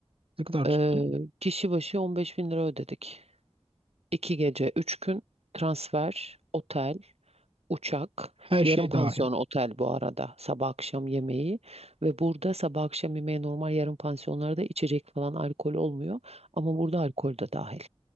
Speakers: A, on the right; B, on the right.
A: Ne kadar tuttu?
B: Ee, kişi başı 15 bin lira ödedik. iki gece, üç gün transfer, otel uçak,
A: Her
B: yarım
A: şey
B: pansiyon
A: dahil.
B: otel bu arada sabah akşam yemeği ve burada sabah akşam yemeği normal yarım pansiyonlarda içecek falan alkol olmuyor ama burada alkol de dahil.